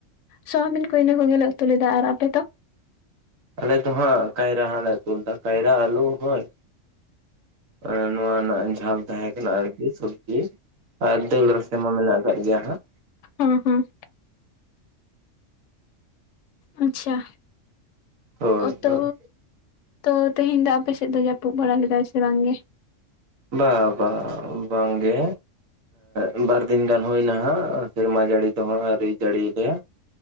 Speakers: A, on the left; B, on the right.
A: ᱥᱳᱣᱟᱵᱤᱱ ᱠᱚ ᱤᱱᱟᱹ ᱠᱚᱜᱮᱞᱮ ᱩᱛᱩ ᱞᱮᱫᱟ ᱟᱨ ᱟᱯᱮ ᱫᱚ
B: ᱟᱞᱮ ᱫᱚ ᱦᱟᱸᱜ ᱠᱟᱭᱨᱟ ᱦᱟᱸᱜ ᱞᱮ ᱩᱛᱩ ᱞᱮᱫᱟ ᱠᱟᱭᱨᱟ ᱟᱹᱞᱩ ᱦᱚᱭ᱾ ᱮᱸ ᱱᱚᱣᱟ ᱨᱮᱱᱟᱜ ᱡᱷᱟᱞ ᱛᱟᱦᱮᱸ ᱠᱟᱱᱟ ᱟᱨᱠᱤ ᱥᱚᱵᱽᱡᱤ ᱟᱨ ᱫᱟᱹᱞ ᱨᱟᱥᱮ ᱢᱟ ᱢᱮᱱᱟᱜ ᱟᱠᱟᱫ ᱜᱮᱭᱟ ᱦᱟᱸᱜ
A: ᱦᱩᱸ ᱦᱩᱸ ᱟᱪᱪᱷᱟ
B: ᱦᱳᱭ
A: ᱚ ᱛᱚ
B: ᱦᱳᱭ
A: ᱛᱚ ᱛᱮᱦᱮᱧ ᱫᱚ ᱟᱯᱮᱥᱮᱫ ᱫᱚᱭ ᱡᱟᱹᱯᱩᱫ ᱵᱟᱲᱟ ᱞᱮᱫᱟᱭ ᱥᱮ ᱵᱟᱝ ᱜᱮ
B: ᱵᱟ ᱵᱟ ᱵᱟᱝᱜᱮ ᱮᱸ ᱵᱟᱨ ᱫᱤᱱ ᱜᱟᱱ ᱦᱩᱭ ᱱᱟ ᱦᱟᱸᱜ ᱥᱮᱨᱢᱟ ᱡᱟᱹᱲᱤ ᱫᱚ ᱦᱟᱸᱜ ᱟᱹᱣᱨᱤ ᱡᱟᱹᱲᱤᱭ ᱜᱮᱭᱟ᱾